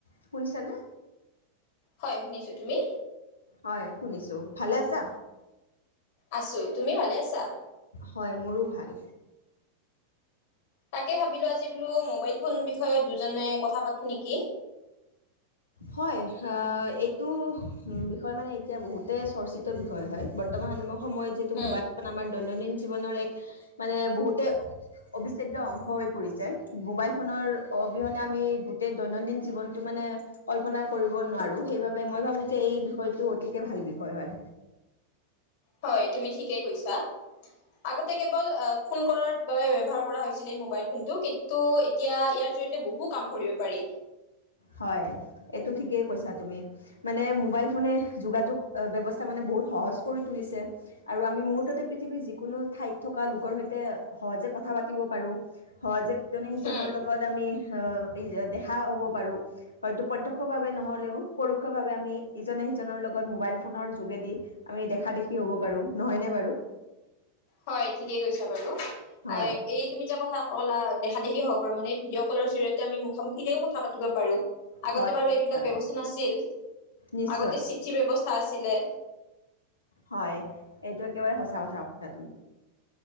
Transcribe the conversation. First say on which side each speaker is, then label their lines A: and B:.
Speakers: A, on the left; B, on the left.
A: শুনিছা নে?
B: হয় শুনিছোঁ, তুমি?
A: হয়, শুনিছোঁ। ভালে আছা?
B: আছোঁ। তুমি ভালে আছা?
A: হয়, মোৰোঁ ভাল।
B: তাকে ভাবিলোঁ আজি বোলো, মোবাইল ফোন বিষয়ত, দুইজনে কথা পাতোঁ নেকি!
A: হয়! অ' এইটো বিষয় মানে এতিয়া বহুতেই চৰ্চিত বিষয় হয়। বৰ্তমান সময়ত। সময়ত যিহেতো
B: উম
A: মোবাইল ফোন আমাৰ দৈনন্দিন জীৱনৰ এক মানে বহুতে অবিচ্ছেদ্য অংশ হৈ পৰিছে। মোবাইল ফোনৰ অবিহনে আমি গোটেই দৈনন্দিন জীৱনতটো মানে কল্পনা কৰিব নোৱাৰোঁ, সেইবাবে মই ভাবোঁ যে এই বিষয়টো অতিকৈ ভাল বিষয় হয়।
B: হয় তুমি ঠিকেই কথা কৈছা। আগতে কেৱল ফোন কলৰ বাবে ব্যৱহাৰ কৰা হৈছিল এই মোবাইল ফোন টো, কিন্তু এতিয়া ইয়াৰ জড়িয়তে বহু কাম কৰিব পাৰি।
A: হয়। এইটো ঠিকেই কৈছা তুমি। মানে মোবাইল ফোনে, যোগাযোগ ব্যৱস্থা মানে, বহুত সহজ কৰি তুলিছে। আৰু আমি মুহূৰ্ততে পৃথিৱীৰ যিকোনো ঠাইত থকা লোক ৰ সৈতে সহজে কথা পাতিব পাৰোঁ, সহজে ইজনে সিজনৰ
B: উম
A: লগত আমি দেখা হ'ব পাৰোঁ। হয়তো প্ৰত্যক্ষ ভাৱে নহলেও পৰোক্ষ ভাৱে আমি ইজনে সিজনৰ লগত মোবাইল ফোনৰ যোগেদি আমি দেখা দেখি হব পাৰো নহয়নে বাৰু
B: হয় ঠিকেই কৈছা বাৰু।
A: হয়
B: এই তুমি যে কথা কলা দেখা দেখি হ'ব পাৰ মে ভডিঅ' কলৰ জৰিয়তে আমি মুখামুখিতেও কথা পাতি পাৰো। আগতে
A: হয়
B: বাৰু এইবিলাক
A: হয়
B: ব্যৱস্থা নাছিল
A: নিশ্চয়
B: আগতে চিঠিৰ ব্যৱস্থা। আছিলে।
A: হয় এইটো একেবাৰে সঁচা কথা কথা তুমি।